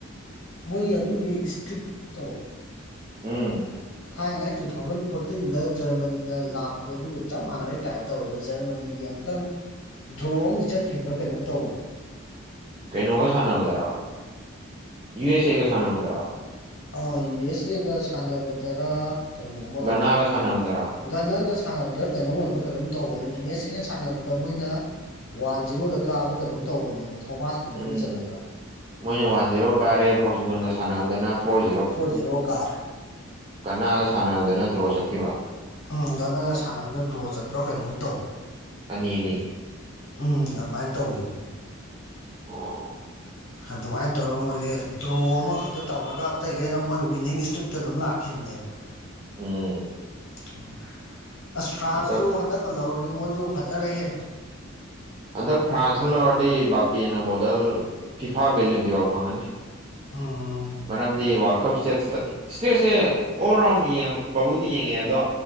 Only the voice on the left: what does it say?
ꯃ ꯌꯥꯗꯨ ꯏꯁꯇ꯭ꯔꯤꯛ ꯇꯣ
ꯊꯥꯏꯅꯉꯩ ꯇꯨ ꯊꯥꯎꯖꯟ ꯐꯣꯔꯇꯤꯟꯗ ꯖꯔꯃꯅꯤꯅ ꯂꯥꯛꯄꯗꯣ ꯑꯗꯨꯒ ꯆꯞ ꯃꯥꯟꯅ ꯔꯤ ꯇꯥꯏꯞ ꯇꯧꯋꯦꯕ ꯖꯔꯃꯅꯤꯒꯤ ꯌꯥꯝ ꯈꯤꯇꯪ ꯗ꯭ꯔꯣ ꯑꯃꯗꯤ ꯆꯠꯈꯤꯕ꯭ꯔꯥ ꯀꯩꯅꯣꯝ ꯇꯧꯕꯅꯤ
ꯑ ꯌꯨ ꯑꯦꯁ ꯑꯦꯒ ꯁꯥꯟꯅꯕꯗꯔꯥ ꯀꯩꯅꯣꯝꯃ
ꯑꯃ
ꯒꯟꯅꯒ ꯁꯥꯟꯅꯕꯗ ꯀꯩꯅꯣꯝ ꯑꯣꯏꯕ ꯀꯩꯅꯣꯝ ꯇꯧꯕꯅꯤ ꯌꯨ ꯑꯦꯁ ꯁꯤꯒ ꯁꯥꯟꯅꯕꯗ ꯃꯣꯏꯅ ꯋꯥꯟ ꯖꯤꯔꯣꯗ ꯀꯥꯕ꯭ꯔꯥ ꯀꯩꯅꯣꯝ ꯇꯧꯕꯅꯦꯕ ꯊꯣꯃꯥꯁ ꯃꯨꯂꯔꯅ
ꯆꯠꯂꯒ
ꯐꯣꯔꯖꯤꯔꯣ ꯑꯣ ꯀꯥ
ꯎꯝ ꯉꯟꯅꯒ ꯁꯥꯟꯅꯕꯅ ꯗ꯭ꯔꯣ ꯆꯠꯄ꯭ꯔꯥ ꯀꯩꯅꯣꯝ ꯇꯧꯕꯅꯦ
ꯎꯝ ꯑꯗꯨꯃꯥꯏꯅ ꯇꯧꯒꯤꯝ
ꯑꯗꯨꯃꯥꯏꯅ ꯇꯧꯔꯒ ꯃꯣꯏꯗꯤ ꯗ꯭ꯔꯣ ꯑꯃꯈꯛꯇ ꯇꯧꯔꯒ ꯑꯇꯩꯈꯩꯅ ꯃꯣꯏ ꯋꯤꯅꯤꯡ ꯏꯁꯇ꯭ꯔꯤꯛꯇ ꯑꯗꯨꯝ ꯂꯥꯛꯄ ꯈꯈꯤꯝꯅꯦ ꯑꯃ
ꯑꯣ ꯑꯁ ꯐ꯭ꯔꯥꯟꯁꯨ
ꯍꯟꯗꯛꯀ ꯂꯧꯔꯗꯤ ꯃꯣꯏꯁꯨ ꯐꯖꯔꯦꯍꯦ
ꯑꯥ